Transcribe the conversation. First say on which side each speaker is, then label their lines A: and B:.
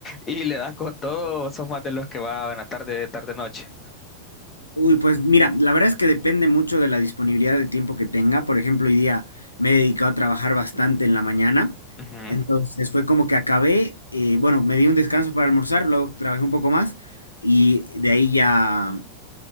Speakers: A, on the left (about 20°); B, on the left (about 80°).
A: y le das con todo, o sos más de los que va en la tarde, tarde, noche.
B: Uy, pues mira, la verdad es que depende mucho de la disponibilidad de tiempo que tenga. Por ejemplo, hoy día me he dedicado a trabajar bastante en la mañana.
A: Ujú,
B: Entonces fue como que acabé, eh, bueno, me di un descanso para almorzar, luego trabajé un poco más y de ahí ya